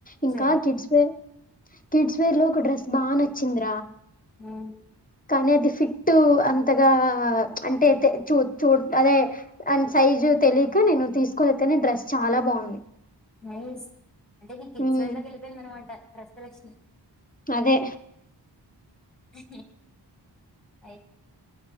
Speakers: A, on the left; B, in the centre.
A: ఇంకా
B: సరే
A: కిడ్స్ వేర్ కిడ్స్ వేర్ లో ఒక డ్రెస్ బా నచ్చింది
B: ఉం
A: కానీ అది ఫిట్టూ అంతగా అంటే అయితే చూ చూ అదే దాని సైజు తెలియక నేను తీసుకు వెళ్తేనే డ్రెస్ చాలా బాగుంది
B: నైస్ అంటే ఇది కిడ్స్వేర్
A: ఉమ్
B: లోకి వెళ్ళిపోయింది అన్నమాట డ్రెస్ సెలక్షన్
A: అదే
B: హి హి